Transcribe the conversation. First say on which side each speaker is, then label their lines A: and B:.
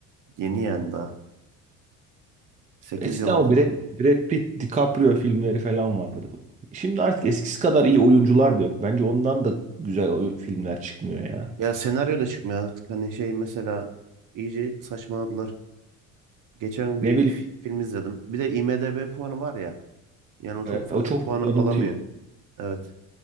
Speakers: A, on the right; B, on the right.
A: Yeni yani daha. 8
B: Eskiden
A: yıl olmuş.
B: o Brad, Brad Pitt, DiCaprio filmleri falan vardı. Şimdi artık eskisi kadar iyi oyuncular da yok. Bence ondan da güzel oy- filmler çıkmıyor ya.
A: Ya senaryo da çıkmıyor artık. Hani şey mesela iyice saçmaladılar. Geçen
B: Ne
A: bir
B: bileyim,
A: f- film izledim. Bir de IMDb puanı var ya. Yani o çok
B: e,
A: fazla
B: o çok
A: puan alamıyor.
B: yanıltıyor.
A: Evet.